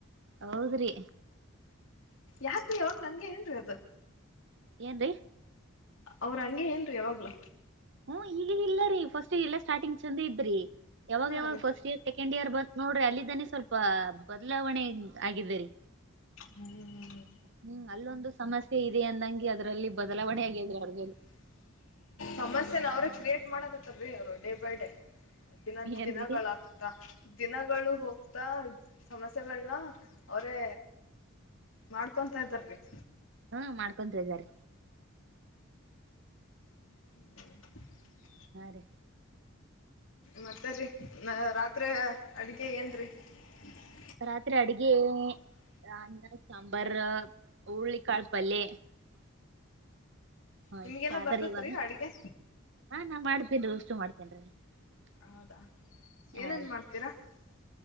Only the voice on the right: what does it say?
ಹೌದ್ರರಿ
ಏನ್
ಹ್ಮ್ ಈಗ ಇಲ್ಲ ರೀ ಫಸ್ಟ್ ಇಯರ್ ಇಲ್ಲಾ ಸ್ಟಾರ್ಟಿಂಗ್ ಚಂದ ಇದ್ರರಿ ಯಾವಾಗ
ಯಾವಾಗ
ಫಸ್ಟ್ ಇಯರ್ ಸೆಕೆಂಡ್ ಇಯರ್ ಬ ನೋಡ್ರಿ ಅಲ್ಲಿಿದ್ದಾನೆ ಸ್ವಲ್ಪ ಬದಲಾವಣೆ ಆಗಿದ್ದೇರಿೀ
ಹ್ಮ್ ಅಲ್ಲೊಂದು ಸಮಸ್ಯೆ ಇದೆ ಅಂದಂಗಗೆ ಅದ್ರಲ್ಲಿ ಬದಲಾವಣೆ ಆಗಿದ್ರ ಅವ್ರ ಮೇಲೆ
ಏನ್ರೀ
ಹಾ ಮಾಡ್ಕೊಂತ ಇದಾರೆ
ಹಾ ರೀ
ರಾತ್ರಿ ಅಡುಗೆ ಎನ್ <unintelligible> ರಾನ ಸಾಂಬಾರ ಉರುಳ್ಳಿಕಾಳ್ಪಲ್ಲೆ <unintelligible> ಹಾ
ಇಷ್ಟ ಆದ್ರ
ಇವಾಗ
ಹಾ ನಾ ಮಾಡ್ತೇನ್ರಿ ಉಷ್ಟು ಮಾಡ್ತೇನ್ರಿ <unintelligible>
ಹಾ ರೀ